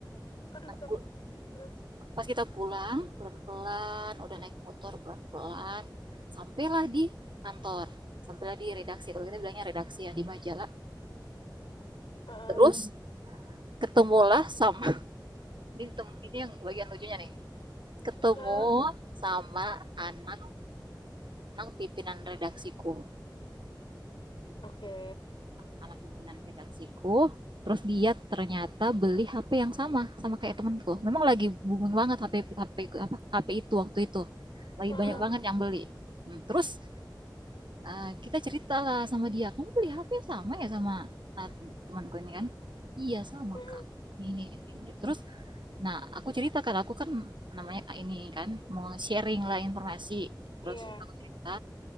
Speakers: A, on the left; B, on the right.
A: Aduh,
B: Nah,
A: takut. Terus.
B: pas kita pulang pelan-pelan udah naik motor pelan-pelan sampailah di kantor sampailah di redaksi kalau kita bilangnya redaksi ya di majalah
A: Heeh.
B: terus ketemulah sama <laughs> di tem- ini yang bagian lucunya nih ketemu
A: Heeh.
B: sama anak-anak pimpinan redaksiku.
A: Oke.
B: Anak pimpinan redaksiku, terus dia ternyata beli HP yang sama, sama kayak temanku, Memang lagi booming banget HP HP apa HP itu waktu itu. Lagi
A: Heeh.
B: banyak banget yang beli. Hmm, Terus eh, kita cerita lah sama dia, kamu beli HP sama ya sama ah, temanku ini kan? Iya sama
A: Heeh.
B: kak. ini ini. ini." Terus Nah, aku cerita kan aku kan namanya ini kan mau sharing lah informasi. Terus
A: Iya.
B: aku cerita